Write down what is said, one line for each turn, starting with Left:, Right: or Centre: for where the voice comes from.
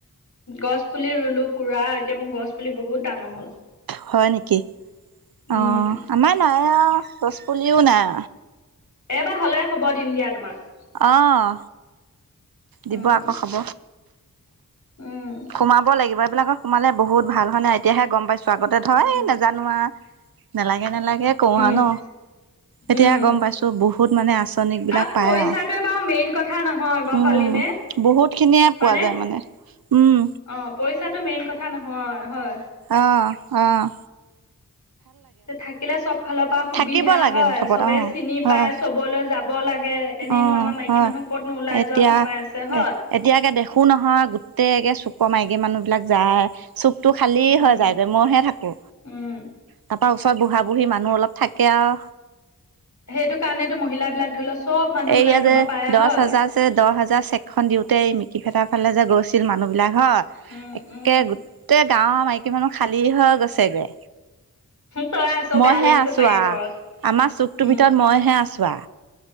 Left: গছ পুলি ৰুলো। পুৰা এতিয়া মোৰ গছ পুলি বহুত ডাঙৰ হ'ল।
Right: হয় নেকি,
Left: উম
Right: অ আমাৰ নাই! হেও গছপুলিও নাই।
Left: এইবাৰ হলে খবৰ দিম দিয়া তোমাক।
Right: অহ।
Left: উম
Right: দিব আকৌ খাব,
Left: উম
Right: সোমাব লাগিব সেই বিলাকত সোমাল বহুত ভাল হয়নে এতিয়াহে গম পাইছো, স্বাগতে ধৰ
Left: উম
Right: এই নাজানোৱা <unintelligible> নালাগে নালাগে। এই কৰোঁ
Left: উম
Right: আৰু ন এতিয়া
Left: উম
Right: গম পাইছো বহুত মানে আচনিক বিলাক
Left: আৰু পইচাটোৱে
Right: পায় আও,
Left: বাৰু মেইন কথা নহয় গম
Right: উম
Left: পালিনে
Right: বহুত খিনিয়ে
Left: হয়নে
Right: পোৱা যায় মানে। উম
Left: অ পইচাটো মেইন কথা কথা নহয় হয়।
Right: অহ অহ।
Left: থাকিলে চব ফালৰ পৰা, সুবিধা
Right: থাকিব লাগে
Left: হয়
Right: মুঠপত
Left: চবে
Right: অ
Left: চিনি
Right: হয়
Left: পাই চবলৈ যাব লাগে। এনেইনো
Right: অ
Left: আমাৰ মাইকী
Right: হয়,
Left: মানুহ ক'তনো ওলাই
Right: এতিয়া
Left: যোৱা সময় আছে হয়
Right: এ এতিয়াকে দেখো নহয় গোটেই চু <unintelligible> ক মাইকী মানুহ বিলাক যায় চুপ টো খালী
Left: উম
Right: হয় যায়গৈ, মইহে থাকো
Left: উম
Right: তাপা ওচৰত বুঢ়া বুঢ়ী মানুহ অলপ থাকে আও
Left: সেইটো কাৰণেতো মহিলা বিলাক ধৰি লও চব, মানুহ
Right: এই
Left: ওলাই
Right: ইয়া
Left: যাব
Right: যে
Left: পাৰে
Right: দহ
Left: হয়
Right: হাজাৰছে যে, দহ হাজাৰ চেক খন দিওঁতে এই মিকি ফেটা ফালে যে গৈছিল মানুহবিলাক! হয়
Left: উম
Right: একে
Left: উম
Right: গোটেই, গাঁৱৰ মাইকী মানুহ খালী হৈ গৈছেগে।
Left: তই আছ বেয়া
Right: মইহে
Left: লাগিছে
Right: আছোৱা,
Left: চাগে ঘৰত
Right: আমাৰ চুকটোৰ
Left: উম
Right: ভিতৰত মইহে আছোোৱা।